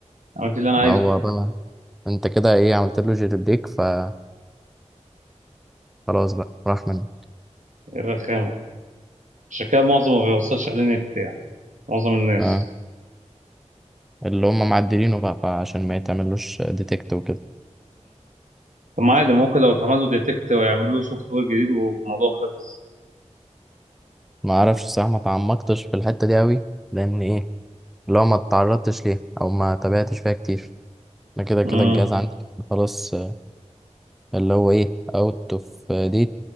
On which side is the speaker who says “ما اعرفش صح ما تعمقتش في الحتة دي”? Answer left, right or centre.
Centre